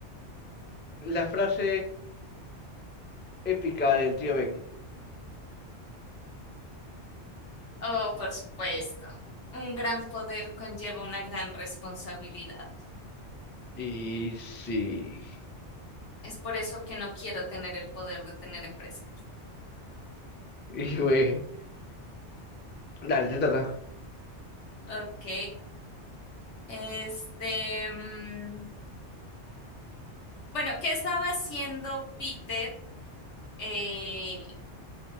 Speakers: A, on the left; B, on the left.
A: La frase épica del tío Ben.
B: Oh, por supuesto. Un gran poder conlleva una gran responsabilidad.
A: Y sí. <laughs>
B: Es por eso que no quiero tener el poder de tener empresa.
A: Y güey. Dale, te toca.
B: Ok, este, mm, bueno, ¿qué estaba haciendo Peter eh,